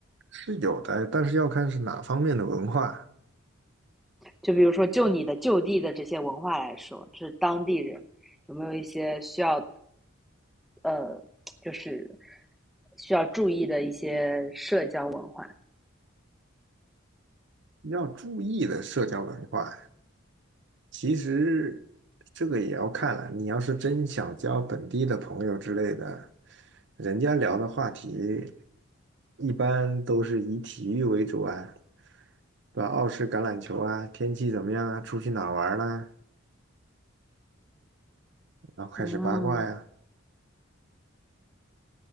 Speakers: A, on the right; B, in the centre.
A: 是有的，但是要看是哪方面的文化，
B: 就比如说，就你的就地的这些文化来说，就是当地人有没有一些需要，呃，就是需要注意的一些社交文化？
A: 要注意的社交文化。其实这个也要看了，你要是真想交本地的朋友之类的，人家聊的话题一般都是以体育为主啊，对吧？澳式橄榄球啊，天气怎么样啊，出去哪儿玩儿啦，然后开始八卦呀。
B: 嗯，